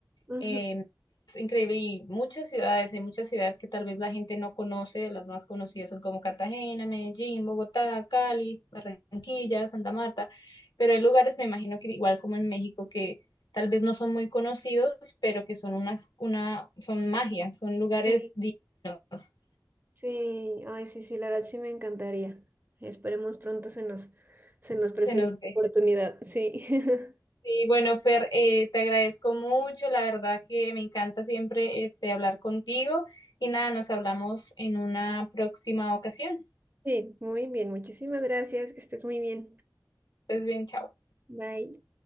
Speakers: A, on the right; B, on the left.
A: Ujú.
B: eh, es increíble y muchas ciudades, hay muchas ciudades que tal vez la gente no conoce, las más conocidas son como Cartagena, Medellín, Bogotá, Cali, Barranquilla, Santa Marta, pero hay lugares, me imagino que igual como en México, que tal vez no son muy conocidos, pero que son unas, una, son magia, son lugares
A: Sí,
B: divinos,
A: sí, ay, sí, sí, la verdad sí me encantaría. Esperemos pronto se nos, se nos presente
B: se nos ve.
A: la oportunidad. Sí. <laughs>
B: Sí, bueno, Fer, eh, te agradezco mucho, la verdad que me encanta siempre este, hablar contigo y nada, nos hablamos en una próxima ocasión.
A: Sí, muy bien. Muchísimas gracias. Que estés muy bien.
B: Estés bien, chao.
A: Bye.